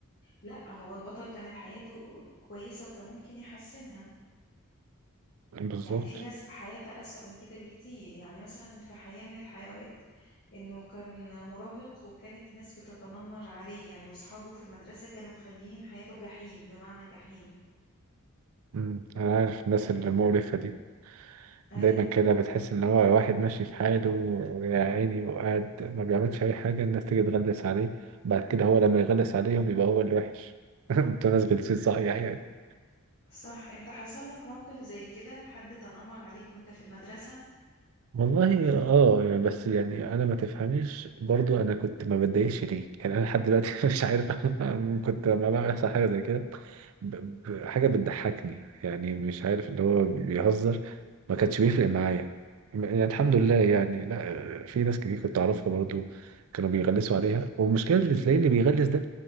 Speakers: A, on the left; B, on the right.
A: لأ هو البطل كانت حياته كويسة وكان ممكن يحسنها
B: بالظبط
A: يعني في ناس حياتها أسوأ من كده بكتير يعني مثلا في حياة من الحيوات إنه كان مراهق وكانت الناس بتتنمر عليه يعني وأصحابه في المدرسة كانوا مخليين حياته جحيم بمعنى جحيم
B: مم. أنا عارف الناس
A: آه
B: اللي مقرفة دي
A: أيوه
B: دايما كده بتحس ان هو واحد ماشي في حاله ويا عيني وقاعد ما بيعملش اي حاجه الناس تيجي تغلس عليه بعد كده هو لما يغلس عليهم يبقى هو اللي وحش <laughs> انتوا ناس غلسين صحيح يعني
A: صح أنت حصل لك موقف زي كده حد تنمر عليك وأنت في المدرسة
B: والله اه يعني بس يعني انا ما تفهميش برضو انا كنت ما بتضايقش ليه يعني انا لحد دلوقتي <laughs> مش عارف أنا كنت لما بقى بيحصل حاجه زي كده ب... ب... حاجه بتضحكني يعني مش عارف اللي هو بيهزر ما كانش بيفرق معايا يعني الحمد
A: مم.
B: لله يعني لا في ناس كتير كنت اعرفها برضو كانوا بيغلسوا عليها والمشكله اللي تلاقيه اللي بيغلس ده